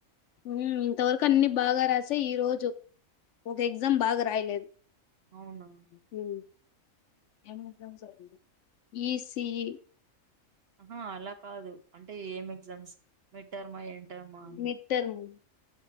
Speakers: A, on the left; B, on the right.
A: ఉమ్ ఇంతవరకు అన్ని బాగా రాసాయి ఈ రోజు ఒక ఎగ్జామ్ బాగా రాయలేదు
B: అవునా
A: ఉహుం ఏం ఎగ్జామ్స్ అవి ఈసీఈ
B: ఆహా అలా కాదు అంటే ఏం ఎగ్జామ్స్ మిడ్ టర్మా ఎంటర్మా
A: మిడ్ టర్మ్